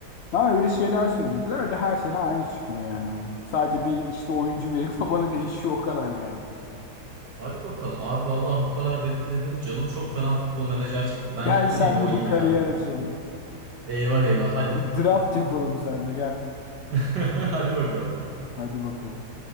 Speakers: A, on the left; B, on the right.
A: Ha öyle şeyler söylediler de her sene aynı çıkıyor yani oyun. Sadece bir işte oyuncu veri tabanı <laughs> değişiyor o kadar yani.
B: Hadi bakalım abi vallahi bu kadar dedin dedin. Canım çok fena futbol menajer çekti. Ben
A: Gel
B: gideyim
A: senle
B: de bir oynayayım
A: bir kariyer
B: ya.
A: açalım.
B: Eyvah eyvah hadi.
A: Draft yapalım senle gel.
B: <laughs> Hadi bakalım.
A: Hadi bakalım.